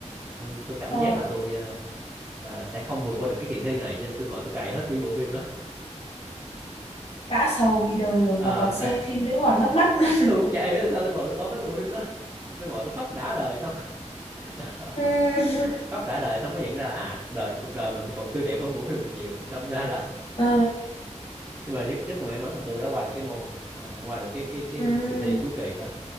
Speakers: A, on the right (about 25°); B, on the left (about 55°).
A: Nên tôi cảm
B: ờ
A: giác là tôi ờ, ờ, sẽ không vượt qua được cái kỳ thi này cho nên tôi ngồi tôi cày hết nguyên bộ phim đó
B: đã sầu vì đời rồi
A: Ờ,
B: mà còn
A: đã-
B: xem phim Nữ hoàng nước mắt.
A: <laughs>
B: <laughs>
A: tôi cũng chả hiểu tại sao tôi ngồi tôi coi hết bộ phim đó tôi ngồi tôi khóc đã đời xong <laughs>
B: Ừm,
A: khóc đã đời xong mới nhận ra là à cuộc đời cuộc đời mình còn tươi đẹp hơn bộ phim này nhiều đâm ra là
B: ờ,
A: nhưng mà rất, rất là may mắn là tôi đã qua được cái môn à, qua được cái cái cái
B: ừm,
A: kỳ thi cuối kỳ đó